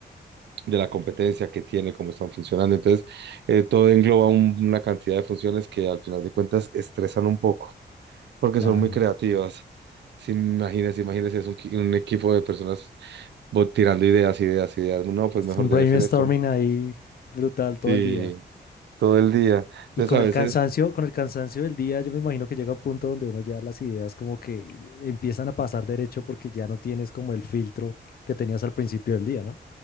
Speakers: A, on the right; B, on the left.
A: de la competencia que tiene, cómo están funcionando. Entonces, eh, todo engloba un- una cantidad de funciones que al final de cuentas estresan un poco, porque
B: claro.
A: son muy creativas. Si imagínense, imagínense, es un, qui- un equipo de personas bo- tirando ideas, ideas, ideas. No, pues
B: Es
A: mejor
B: un
A: debe
B: brainstorming
A: ser esto. ¿no?
B: ahí brutal todo
A: Sí,
B: el día.
A: todo el día.
B: Y
A: Entonces,
B: con
A: a
B: el
A: veces,
B: cansancio, con el cansancio del día, yo me imagino que llega un punto donde uno ya las ideas como que empiezan a pasar derecho porque ya no tienes como el filtro que tenías al principio del día, ¿no?